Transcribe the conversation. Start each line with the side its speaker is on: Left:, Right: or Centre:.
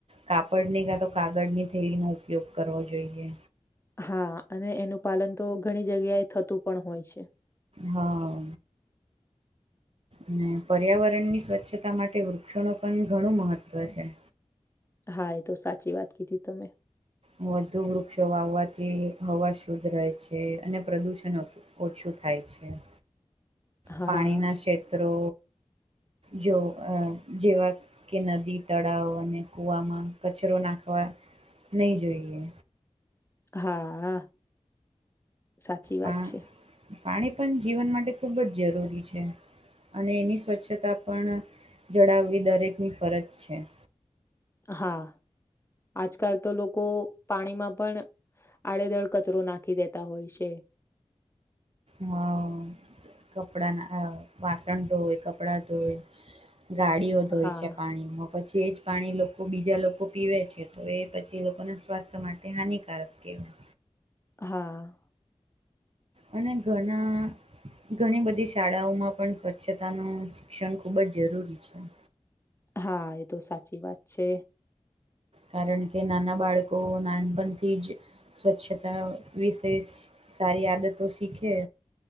Right: કાપડની કાં તો કાગળ ની થેલીનો ઉપયોગ કરવો જોઈએ.
Left: હા અને એનું પાલન તો ઘણી જગ્યાએ થતું પણ હોય છે.
Right: હા. અને પર્યાવરણની સ્વચ્છતા માટે વૃક્ષોનું પણ ઘણું મહત્ત્વ છે.
Left: હા, એ તો સાચી વાત કીધી તમે.
Right: વધુ વૃક્ષો વાવવાથી હવા શુદ્ધ રહે છે, અને પ્રદુષણ ઓછું થાય છે.
Left: હા,
Right: પાણીના ક્ષેત્રો જો અહ જેવા કે નદી, તળાવ અને કુવામાં કચરો નાખવા નહીં જોઈએ.
Left: હા, હા, સાચી
Right: પા
Left: વાત છે.
Right: પાણી પણ જીવન માટે ખૂબ જ જરૂરી છે. અને એની સ્વચ્છતા પણ જળાવવી દરેકની ફરજ છે.
Left: હા. આજકાલ તો લોકો પાણીમાં પણ આડેધડ કચરો નાખી દેતા હોય છે.
Right: હા કપડા ના અ વાસણ ધોય, કપડાં ધોય. ગાડીઓ ધોય
Left: હા,
Right: છે પાણી મો પછી એ જ પાણી લોકો બીજા લોકો પીવે છે, તો એ પછી એ લોકોને સ્વાસ્થ્ય માટે હાનિકારક કહેવાય.
Left: હા.
Right: અને ઘણા ઘણી બધી શાળાઓમાં પણ સ્વચ્છતાનું શિક્ષણ ખૂબ જ જરૂરી છે.
Left: હા એ તો સાચી વાત છે.
Right: કારણ કે નાના બાળકો નાનપણથી જ સ્વચ્છતા વિશે સારી આદતો શીખે